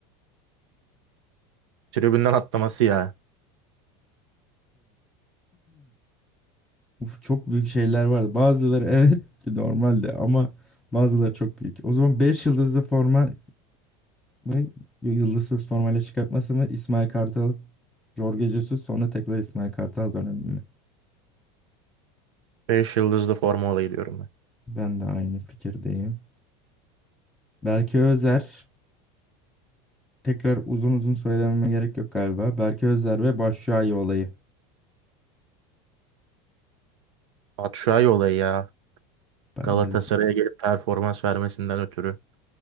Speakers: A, on the right; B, in the centre.
A: Tribünden atlaması ya.
B: Uf, çok büyük şeyler vardı. Bazıları evet <laughs> normaldi ama bazıları çok büyük. O zaman 5 yıldızlı forma mı yıldızsız formayla çıkartması mı İsmail Kartal, Jorge Jesus sonra tekrar İsmail Kartal dönemi mi?
A: Beş yıldızlı forma olayı diyorum ben.
B: Ben de aynı fikirdeyim. Berke Özer tekrar uzun uzun söylememe gerek yok galiba. Berke Özer ve Başşuayi olayı.
A: Batshuayi olayı ya.
B: Bence
A: Galatasaray'a
B: de.
A: gelip performans vermesinden ötürü.